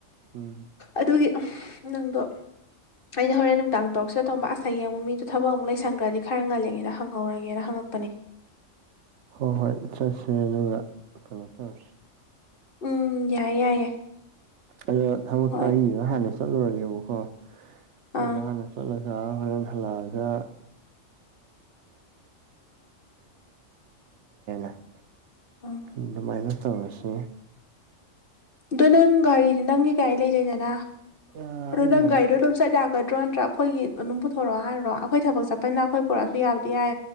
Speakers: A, on the right; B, on the left.
A: ꯎꯝ
B: ꯑꯗꯨꯒꯤ ꯅꯪꯗꯣ ꯑꯩꯗꯤ ꯍꯣꯔꯦꯟ ꯅꯨꯡꯗꯥꯡ ꯇꯔꯨꯛꯗ ꯇꯝꯕ ꯑꯁꯥꯏ ꯌꯦ ꯑꯃꯨꯛ ꯃꯤꯗꯨꯣ ꯊꯕꯛ ꯑꯃꯨꯛ ꯂꯩꯁꯟꯈ꯭ꯔꯗꯤ ꯈꯔ ꯉꯜꯂꯤꯉꯩꯗ ꯍꯪꯍꯧꯔꯒꯦꯅ ꯍꯪꯉꯛꯄꯅꯦ
A: ꯍꯣꯏ ꯍꯣꯏ ꯆꯠꯁꯦ ꯑꯗꯨꯒ ꯀꯩꯅꯣ ꯇꯧꯔꯁꯤ
B: ꯎꯝ ꯌꯥꯏꯌꯦ ꯌꯥꯏꯌꯦ
A: ꯑꯗꯣ ꯊꯃꯛ
B: ꯍꯣꯏ
A: ꯐꯕ ꯍꯥꯟꯅꯁꯨ ꯆꯠꯂꯨꯔꯒꯦꯕꯀꯣ ꯑꯩꯗ
B: ꯑꯥ
A: ꯍꯥꯟꯅ ꯆꯠꯂꯒ <inaudible> <unintelligible>
B: ꯎ
A: ꯑꯗꯨ ꯃꯥꯏꯅꯁ ꯇꯧꯔꯁꯤꯦ
B: ꯑꯗꯣ ꯅꯪ ꯒꯥꯔꯤꯗꯤ ꯅꯪꯒꯤ ꯒꯥꯔꯤ ꯂꯩꯖꯩꯗꯅ
A: ꯑꯩꯒꯤ
B: ꯑꯗꯣ ꯅꯪ
A: ꯍꯥꯏ
B: ꯒꯥꯔꯤꯗꯣ ꯑꯗꯨꯝ ꯆꯠ ꯀꯗ꯭ꯔꯣ ꯅꯠꯇ꯭ꯔꯥ ꯑꯩꯈꯣꯏꯒꯤ ꯑꯗꯨꯝ ꯄꯨꯊꯣꯔꯛꯑꯣ ꯍꯥꯏꯔꯣ ꯑꯩꯈꯣꯏ ꯊꯕꯛ ꯆꯠꯄꯅꯤꯅ ꯑꯩꯈꯣꯏ ꯄꯨꯔꯛꯑꯁꯨ ꯌꯥꯕꯗꯤ ꯌꯥꯏ